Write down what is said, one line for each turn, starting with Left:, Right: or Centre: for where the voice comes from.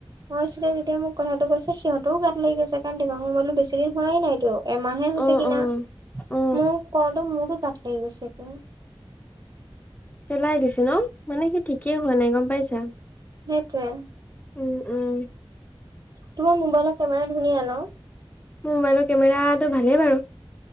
Right: মই আছিলো এতিয়া মোক কথাটো কৈছে সিহঁতেও গাত লাগি গৈছে কাৰণ দেবাংগ মোবাইলটো বেছি দিন হোৱাই নাইতো এমাহে হৈছে
Left: অ
Right: কিনা
Left: অ অ
Right: মোক কওঁতো মোৰতো তাত লৈ গৈছে প
Left: পেলাই দিছে ন মানে সি ঠিকেই হোৱা নাই গম পাইছা
Right: সেইটোৱে
Left: উম-উম
Right: তোমাৰ মোবাইলত কেমেৰা ধুনীয়া ন?
Left: মোবাইলৰ কেমেৰাটো ভালেই বাৰু